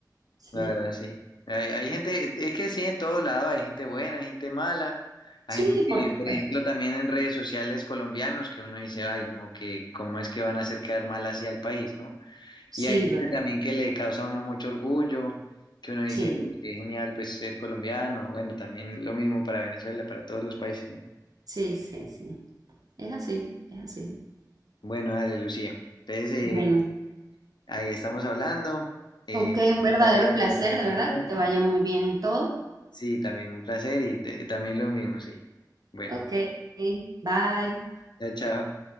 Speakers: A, on the right; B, on the left.
A: Sí,
B: la verdad, sí. Hay, hay gente, es que sí, en todo lado hay gente buena, hay gente mala,
A: sí,
B: hay gente que,
A: por supuesto.
B: por ejemplo, también en redes sociales colombianos que uno dice, ay, no, que cómo es que van a hacer quedar mal así al país, ¿no?
A: Sí,
B: Y hay gente
A: ¿verdad?
B: también que le causa a uno mucho orgullo, que uno dice,
A: Sí,
B: uy, qué genial pues ser colombiano. Bueno, también lo mismo para Venezuela, para todos los países, ¿no?
A: sí, sí, sí. Es así, es así.
B: Bueno, dale, Lucía. Entonces, eh,
A: Bueno,
B: ahí estamos hablando. Eh,
A: ok,
B: muchas
A: un verdadero
B: gracias
A: placer,
B: por la conversación.
A: de verdad, que te vaya muy bien en todo.
B: Sí, también un placer y te- también lo mismo, sí. Bueno,
A: Ok, bye.
B: chao, chao.